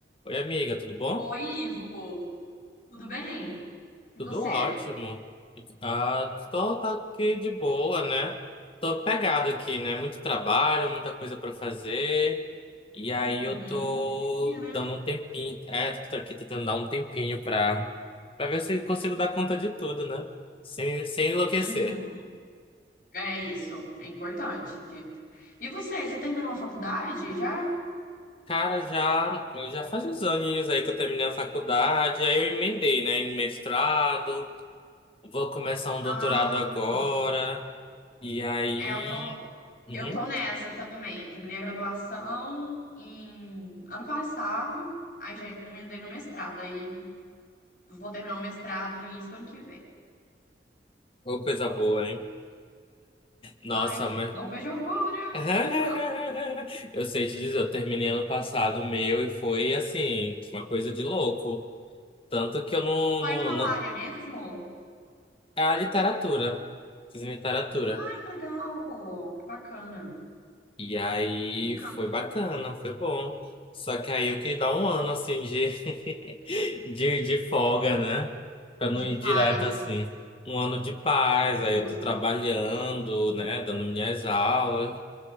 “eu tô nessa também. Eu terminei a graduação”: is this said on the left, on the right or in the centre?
Left